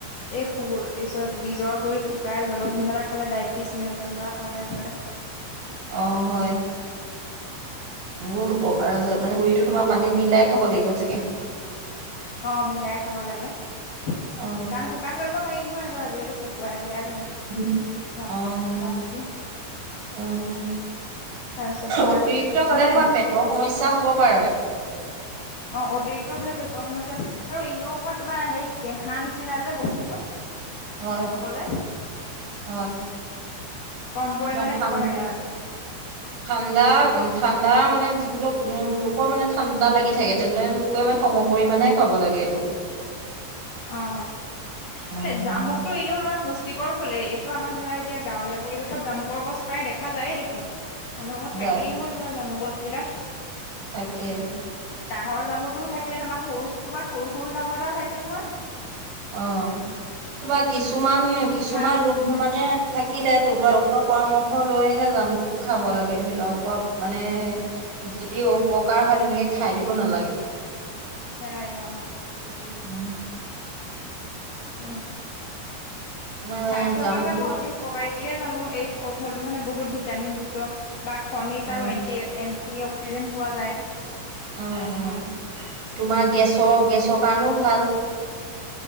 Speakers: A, on the left; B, on the right.
A: এই শুব তাৰপিছত বীজৰ গুৰি শুকাই জলাত মিহলাই খালে ডায়েবেটিছ নিয়ন্ত্ৰণ কৰাত সহায় কৰে।
B: অ' হয়। বহুত উপকাৰ আছে। মানে গুৰিতো তোমাৰ পানীত মিলাই খাব লাগিব চাগে।
A: অ', মিলাই খাব লাগে।
B: অ
A: শুকান, শুকান কৰিব পাৰি নহয়, এইটো আজিকালি শুকুৱাই পেলাই ধৰা
B: অ'
A: জামু জামুটো
B: অ'
A: তাৰপিছত তোমাৰ
B: অতিৰিক্ত খালে
A: মানে
B: তোমাৰ পেটৰ সমস্যা হ'ব পাৰে।
A: অ', অতিৰিক্ত খালে পেটৰ সমস্যা আৰু এনেও অকমান তোমাৰ হেৰি কেঁহা নিচিনা যে বস্তুটো।
B: হয়,
A: খাবলে
B: হয়।
A: কম পৰিমাণে
B: তোমাৰ ঠান
A: খাব লাগে আ মানে।
B: ঠাণ্ডা, <unintelligible> ঠাণ্ডা মানে, যিকোনো লোকৰ মানে ঠাণ্ডা লাগি থাকে তেনেলোকে মানে সম পৰিমাণে খাব লাগে এইটো।
A: অ', অ',
B: অ
A: মানে জামুকতো এনেও তোমাৰ পুষ্টিকৰ ফলেই। এইটো আমাৰ ধৰা, এতিয়া গাঁৱলীয়া পৰিৱেশত জামুকৰ গছ প্ৰায় দেখা যায়ে দেখোন। মানুহৰ ঘৰত
B: যায়
A: থাকেই নহয় তোমাৰ জামুক গছবিলাক।
B: থাকে।
A: ডাঙৰ জামুটোও থাকে, তাপা সৰু, তোমাৰ সৰু সৰু জামু এটাও থাকে নহয়
B: অ'। তোমাৰ কিছুমান,
A: মিঠা
B: কিছুমান ৰোগ মানে থাক। থাকিলে তোমাৰ <unintelligible> ডক্টৰৰ পৰামৰ্শ লৈহে জামুকটো খাব লাগে ধৰি লোৱা, ওপ। মানে, যদি অপকাৰ হয় তেনেকে খাই দিব নালাগে।
A: নেলাগে। ওহোঁ।
B: উম।
A: <unintelligible>
B: তোমাৰ
A: স্বাস্থ্যৰ
B: জামুকো
A: বাবে মই অতি। উপকাৰী বুলিয়ে জানো, এই ফলটো মানে বহুত ভিটামিনযুক্ত বা খনিজ
B: অ
A: আৰু এন্টি এন। যি অক্সিজেন পোৱা যায়।
B: অ', অ', তোমাৰ গেছৰ, গেছৰ কাৰণেও ভাল।